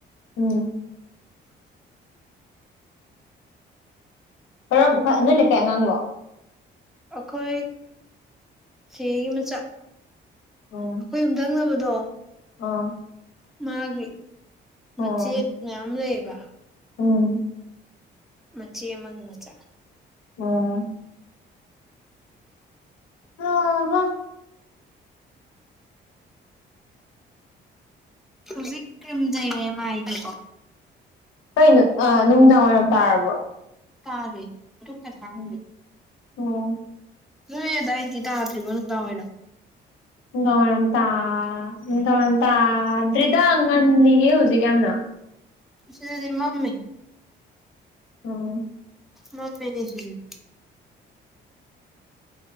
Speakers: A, on the left (about 90°); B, in the centre.
A: ꯎꯝ ꯀꯔꯝ ꯕꯨꯈꯥ ꯅꯣꯏ ꯂꯩꯀꯥꯏ ꯑꯉꯥꯡꯂꯣ
B: ꯑꯩꯈꯣꯏ ꯆꯦꯒꯤ ꯃꯆꯥ
A: ꯎꯝ
B: ꯑꯩꯈꯣꯏ ꯌꯨꯝꯗꯪꯅꯕꯗꯣ
A: ꯑꯥ
B: ꯃꯥꯒꯤ
A: ꯑꯣ
B: ꯃꯆꯦꯠ ꯃꯌꯥꯝ ꯂꯩꯌꯦꯕ
A: ꯎꯝ
B: ꯃꯆꯦ ꯑꯃꯒꯤ ꯃꯆꯥ
A: ꯑꯣ ꯍꯥ ꯍꯥ
B: ꯍꯧꯖꯤꯛ ꯀ꯭ꯔꯤꯝ ꯇꯩꯔꯦ ꯃꯥꯏꯗꯤ
A: ꯀꯩꯅꯣ ꯑ ꯅꯨꯡꯗꯥꯡꯋꯥꯏꯔꯝ ꯇꯥꯔꯕ꯭ꯔꯣ
B: ꯇꯥꯔꯦ ꯗꯨꯛꯀ ꯊꯒ꯭ꯔꯦ
A: ꯎꯝ ꯑꯣ
B: ꯅꯣꯢ ꯑꯗꯥꯢꯗꯤ ꯇꯗ꯭ꯔꯤꯕꯣ ꯅꯨꯡꯗꯥꯡ ꯋꯥꯢꯔꯝ
A: ꯅꯨꯡꯗꯥꯡꯋꯥꯏꯔꯝ ꯇ ꯅꯨꯡꯗꯥꯡ ꯋꯥꯔꯝ ꯇꯥꯗ꯭ꯔꯤꯗ ꯉꯜꯂꯤꯌꯦ ꯍꯧꯖꯤꯛ ꯌꯥꯝꯅ
B: ꯎꯝ ꯁꯤꯗꯗꯤ ꯃꯝꯃꯤ
A: ꯑꯣꯝ
B: ꯃꯝꯃꯦꯅꯦ ꯁꯤꯗꯗꯤ